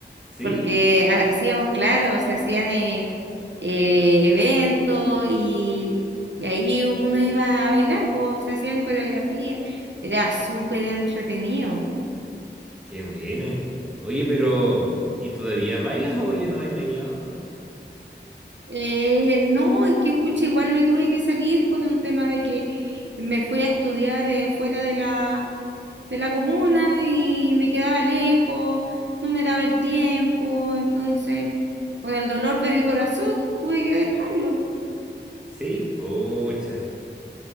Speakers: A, in the centre; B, on the right.
A: ¿Sí?
B: porque ha- hacíamos, claro, se hacían eh, eh, eventos y, y ahí uno iba a bailar, pues se hacían coreografías. Era súper entretenido.
A: Qué buena. Oye, pero ¿y todavía bailas o ya no hay bailado?
B: Eh, no, es que pucha, igual me tuve que salir por un tema de que me fui a estudiar eh, fuera de la, de la comuna y me quedaba lejos, no me daba el tiempo, entonces con el dolor de mi corazón tuve que dejarlo.
A: Sí, pocha.